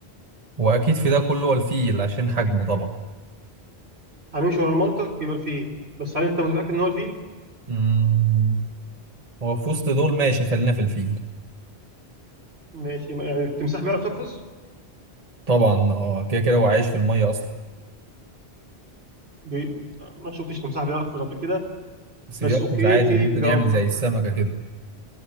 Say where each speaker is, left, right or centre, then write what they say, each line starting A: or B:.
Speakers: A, on the right (about 35°); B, on the right (about 75°).
A: واكيد في ده كله هو الفيل عشان حجمه طبعا
B: هنمشي ورا المنطق يبقى الفيل بس هل انت متاكد ان هو الفيل
A: امم هو في وسط دول ماشي خلينا في الفيل
B: ماشي يعني التمساح بيعرف يقفز
A: طبعا اه كده كده هو عايش في المية اصلا
B: بي... ما شفتش تمساح بيقفز قبل كده
A: بس
B: بس
A: بيقفز
B: اوكي
A: عادي
B: الفيل
A: ممكن
B: جواب
A: يعمل
B: صح
A: زي السمكة كده